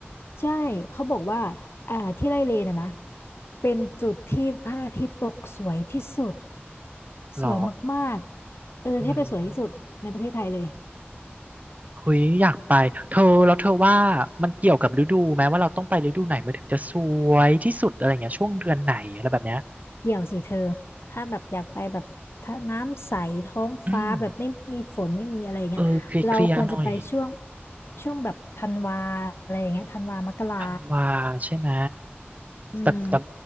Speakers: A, on the left; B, on the right.
A: ใช่เขาบอกว่าอ่าที่ไร่เลนอะนะเป็นจุดที่พระอาทิตย์ตกสวยที่สุด
B: หรอ
A: สวยมาก ๆ เออแทบจะสวยที่สุดในประเทศไทยเลย
B: อืม เฮ้ยอยากไปเธอแล้วเธอว่ามันเกี่ยวกับฤดูไหมว่าเราต้องไปฤดูไหนมันถึงจะสวยที่สุดอะไรเงี้ยช่วงเดือนไหนอะไรแบบเนี้ย
A: เกี่ยวสิเธอถ้าแบบอยากไปแบบถ้าน้ำใสท้องฟ้าแบบไม่มีฝนไม่มีอะไรอย่างเงี้ยเราควรจะไปช่วง
B: อืมเออเคลียร์เคลียร์หน่อย
A: ช่วงแบบธันวาอะไรอย่างเงี้ยธันวา มกรา
B: ธันวาใช่ไหม
A: อืม
B: แต่แต่